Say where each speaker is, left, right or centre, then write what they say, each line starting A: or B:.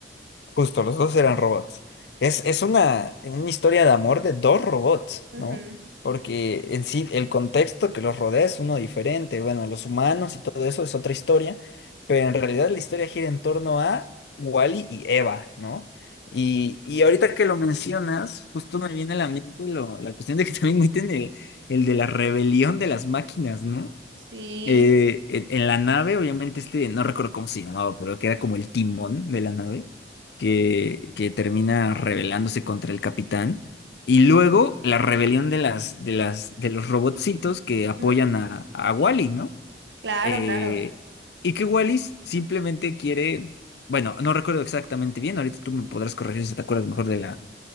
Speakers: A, on the left; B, on the right.
A: Justo, los dos eran robots. Es, es una, una historia de amor de dos robots,
B: Ujú.
A: ¿no? Porque en sí el contexto que los rodea es uno diferente. Bueno, los humanos y todo eso es otra historia, pero en realidad la historia gira en torno a Wally y Eva, ¿no? Y, y ahorita que lo mencionas, justo me viene a la mente lo- la cuestión de que <laughs> también meten el, el de la rebelión de las máquinas, ¿no?
B: Sí.
A: Eh, en en la nave, obviamente, este, no recuerdo cómo se llamaba, pero que era como el timón de la nave, que, que termina rebelándose contra el capitán. Y luego la rebelión de las, de las, de los robotcitos que apoyan
B: Ujú.
A: a, a Wally, ¿no?
B: Claro,
A: Eh,
B: claro.
A: y que Wally simplemente quiere, bueno, no recuerdo exactamente bien, ahorita tú me podrás corregir si te acuerdas mejor de la,